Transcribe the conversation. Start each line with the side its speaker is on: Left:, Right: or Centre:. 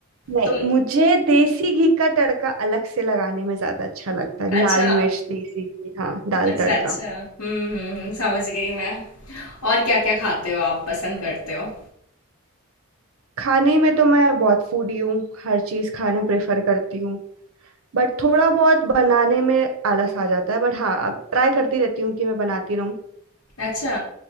Right: नहीं
Left: तुम
Right: मुझे देसी घी का तड़का अलग से लगाने में ज्यादा अच्छा लगता है
Left: अच्छा
Right: लाल मिर्च देसी घी हाँ दाल
Left: अच्छा
Right: तड़का
Left: अच्छा हम्म हम्म हम्म, समझ गई मैं और क्या क्या खाते हो आप पसंद करते हो
Right: खाने में तो मैं बहुत फूडी हूँ हर चीज़ खाना प्रेफर करती हूँ बट थोड़ा बहुत बनाने में आलस आ जाता है बट हाँ अब ट्राई करती रहती हूँ कि मैं बनाती रहूँ
Left: अच्छा,